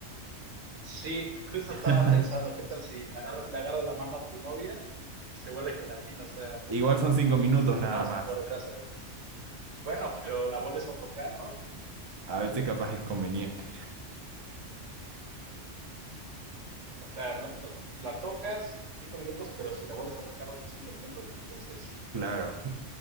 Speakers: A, on the right; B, on the right.
A: Sí, justo
B: <laughs>
A: estaba pensando, ¿qué tal si le agarra- le agarras la mano a tu novia y se vuelve gelatina? O sea,
B: Igual son cinco
A: hay
B: minutos
A: cosas
B: nada
A: que no vas
B: más.
A: a poder hacer. Bueno, pero la vuelves a tocar, ¿no?
B: A veces capaz es conveniente.
A: O sea, no, no, la tocas cinco minutos, pero si la vuelves a tocar otros cinco minutos, ¿no? Entonces,
B: Claro.